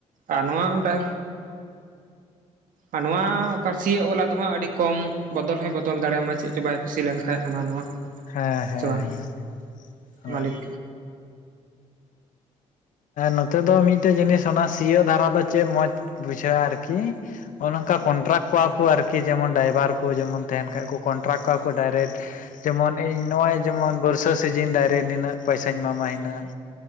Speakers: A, on the right (about 75°); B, on the left (about 70°).
A: ᱟᱨ ᱱᱚᱣᱟ ᱚᱸᱰᱮ ᱟᱨ ᱱᱚᱣᱟ ᱚᱠᱟ ᱨᱮ ᱥᱤᱭᱟᱹᱜ ᱚᱞ ᱟᱫᱚ ᱦᱟᱸᱜ ᱟᱹᱰᱤ ᱠᱚᱢ ᱵᱚᱫᱚᱞ ᱦᱚᱭ ᱵᱚᱫᱚᱞ ᱫᱟᱲᱮᱟᱢᱟ ᱪᱮᱜ ᱪᱚ ᱵᱟᱭ ᱠᱩᱥᱤ ᱞᱮᱱᱠᱷᱟᱡ ᱦᱟᱱᱟᱸ ᱱᱟᱣᱟ।
B: ᱦᱮᱸ ᱦᱮᱸ
A: ᱥᱮ ᱵᱟᱝ
B: ᱦᱮᱸ ᱦᱳᱭ᱾
A: ᱢᱟᱹᱞᱤᱠ
B: ᱱᱚᱛᱮ ᱫᱚ ᱢᱤᱫᱴᱮᱡ ᱡᱤᱱᱤᱥ ᱚᱱᱟ ᱥᱤᱭᱳᱜ ᱫᱷᱟᱨᱟ ᱫᱚ ᱪᱮᱫ ᱢᱚᱸᱡᱽ ᱵᱩᱡᱷᱟᱹᱜᱼᱟ ᱟᱨᱠᱤ। ᱚᱱᱮ ᱚᱝᱠᱟ ᱠᱚᱱᱴᱨᱟᱠᱴ ᱠᱚᱣᱟ ᱠᱚ ᱟᱨᱠᱤ ᱡᱮᱢᱚᱱ ᱰᱟᱭᱵᱷᱟᱨ ᱠᱚ ᱡᱮᱢᱚᱱ ᱛᱟᱦᱮᱸᱱ ᱠᱷᱟᱡ ᱠᱚ ᱠᱚᱱᱴᱨᱟᱠᱴ ᱠᱚᱣᱟ ᱠᱚ ᱰᱟᱭᱨᱮᱠᱴ। ᱡᱮᱢᱚᱱ ᱤᱧ ᱱᱚᱜᱼᱚᱭ ᱡᱮᱢᱚᱱ ᱵᱟᱹᱨᱥᱟ ᱥᱤᱡᱤᱱ ᱫᱟᱭᱨᱮᱴ ᱱᱤᱱᱟᱹᱜ ᱯᱚᱭᱥᱟᱧ ᱮᱢᱟᱢᱟ ᱦᱤᱱᱟᱹᱜ